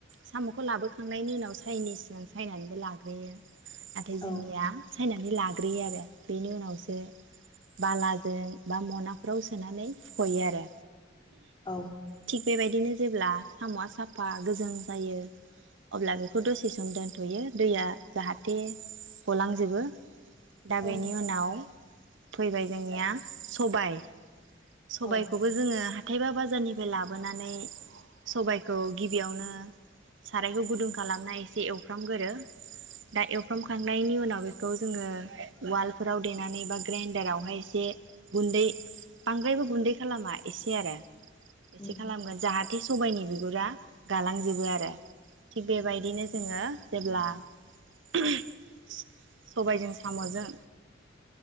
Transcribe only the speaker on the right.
साम खौ लाबोखांनायनि उनाव साययैनि सिगां सायनानैबो लाग्रोयो।
निया सायना नै लाग्रोयो आरो। बेनि उनावसो बालाजों बा मनाफ्राव सोनानै फुखयो आरो।
थिक बेबायदिनो जेब्ला सामया साफा गोजों जायो अब्ला बेखौ दसे सम दोनथयो दैया जाहाथे गलांजोबो दा
बेनि उनाव फैबाय जोंनिया सबाई सबाइखौबो
जोङो हाथाइ बा बाजारनिफ्राय लाबोनानै सबाइखौ गिबियावनो सारायखौ गुदुं खालामना एसे एवफ्रामगोरो दा एवफ्राम खां खानायनि उनाव बेखौ जोङो उवालफोराव देनानै ग्रेन्दारावहाय एसे गुन्दै बांद्रायबो गुन्दै खालामा एसे आरो
एसे खालामगोन जाहाथे सबाइनि गुरा गालांजोबो आरो थिग बेबायदिनो
जोङो जेब्ला <unintelligible> सबाइजों साम'जों